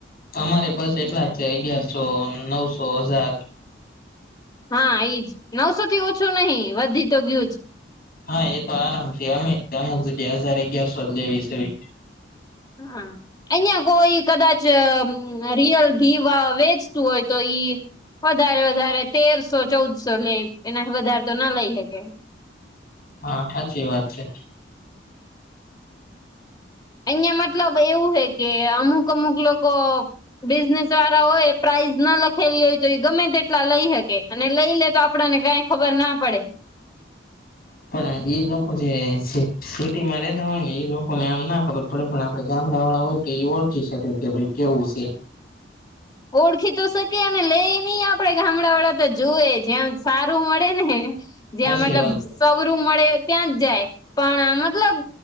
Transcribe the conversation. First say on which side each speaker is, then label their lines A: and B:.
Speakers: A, on the left (about 55°); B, on the left (about 20°).
A: અમારે બસ એટલા જ છે, અગિયારસો, નવસો, હજાર.
B: હા, ઈ જ. નવસોથી ઓછું નહીં, વધી તો ગયું જ.
A: હા, એ તો આરામથી. અમેય તે અમુક જગ્યાએ હજાર, અગિયારસો લેવી સેવી.
B: અહા. અહીંયા કોઈ કદાચ અમ્મ રિયલ ઘી વ વેચતું હોય તો ઈ વધારે-વધારે તેરસો-ચૌદસો લેઈ, એનાથી વધારે તો ન લઈ હકે.
A: હા, સાચી વાત છે.
B: અહીંયા મતલબ એવું હે કે અમુક-અમુક લોકો બિઝનેસવાળા હોય, એ પ્રાઈઝ ન લખેલી હોય તો ઈ ગમે તેટલા લઈ હકે, અને લઈ લે તો આપણાને કાંઈ ખબર ના પડે.
A: પણ ઈ લોકો જે સિ સિટીમાં રહેતા હોય ને, ઈ લોકોને આમ ના ખબર પડે, પણ આપણે ગામડાવાળા હોય તો ઈ ઓળખી શકે, કે ભાઈ કેવું સે.
B: ઓળખી તો શકીએ, ને લેઈએ ની આપણે ગામડાવાળા જુવે, જેમ સારું મળે ને. જ્યાં
A: હાચી
B: મતલબ
A: વાત છે.
B: સવરું મળે ત્યાં જ જાય, પણ આ મતલબ